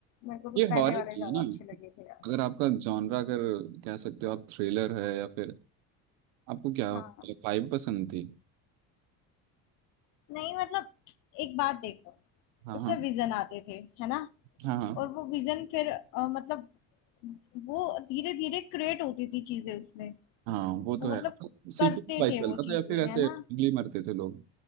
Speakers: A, on the left; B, on the right.
A: मेरे को तो
B: ये
A: पहले
B: हॉरर
A: वाले
B: थी
A: ज्यादा
B: है ना
A: अच्छे लगे थे यार
B: अगर आपका जॉनरा अगर कह सकते हो आप थ्रिलर है या फिर आपको क्या
A: हाँ
B: फाइव पसंद थी
A: नहीं मतलब एक बात देखो
B: हाँ
A: उसमें
B: हाँ
A: विजन आते थे है ना
B: हाँ हाँ
A: और वो विजन फिर अ, मतलब वो धीरे धीरे क्रिएट होती थी चीजें उसमें
B: हाँ वो तो
A: वो
B: है
A: मतलब
B: सीक्रेट
A: करते
B: फाइव
A: थे
B: चल
A: वो
B: रहा था
A: चीजें
B: या फिर ऐसे
A: है ना
B: randomly मरते थे लोग